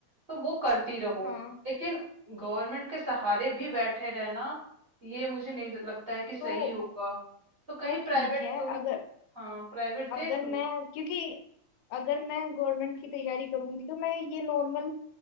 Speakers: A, on the right; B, on the left.
A: तो वो करती रहो
B: हाँ
A: लेकिन गवर्नमेंट के सहारे भी बैठे रहना ये मुझे नहीं लगता है कि सही
B: तो
A: होगा तो कहीं
B: वो ठीक
A: प्राइवेट
B: है
A: तुम
B: अगर
A: हाँ प्राइवेट
B: अगर
A: देख लो
B: मैं क्योंकि अगर मैं गवर्नमेंट की तैयारी करूंगी तो मैं ये नॉर्मल